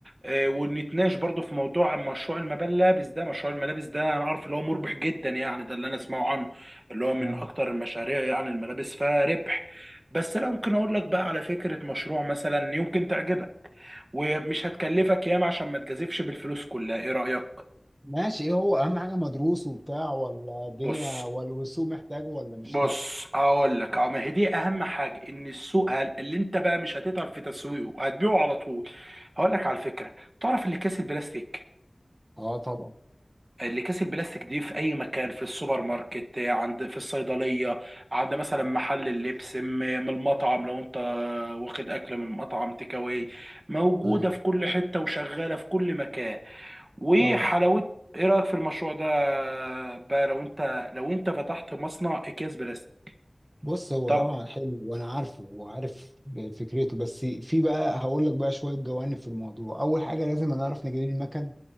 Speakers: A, on the right (about 45°); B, on the right (about 20°).
A: آه، ونتناقش برضو في موضوع مشروع الملابس ده مشروع الملابس ده انا عارف اللي هو مربح جدا يعني ده اللي انا اسمعه عنه اللي هو من
B: اه
A: اكتر المشاريع يعني الملابس فيها ربح بس انا ممكن اقول لك بقى على فكره مشروع مثلا يمكن تعجبك ومش هتكلفك ياما عشان ما تجازفش بالفلوس كلها ايه رايك
B: ماشي ايه هو اهم حاجه مدروس وبتاع ولا الدنيا
A: بص
B: ولا والسوق محتاجه ولا مش
A: بص
B: لا
A: هقول لك اهو ما هي دي اهم حاجه ان السوق هل... اللي انت بقى مش هتتعب في تسويقه وهتبيعه على طول هقول لك على الفكره تعرف اللي كاس البلاستيك
B: اه طبعا
A: اللي كاس البلاستيك دي في اي مكان في السوبر ماركت عند في الصيدليه عند مثلا محل اللبس م- من المطعم لو انت واخد اكل من المطعم تيك اواي موجوده
B: ايوه
A: في كل حته وشغاله في كل مكان وحلاوه
B: طبعا
A: ايه رايك في المشروع ده بقى لو انت لو انت فتحت مصنع اكياس بلاستيك
B: بص هو
A: طب
B: طبعا حلو وانا عارفه وعارف فكرته بس في بقى هقول لك بقى شويه جوانب في الموضوع اول حاجه لازم نعرف نجيب المكن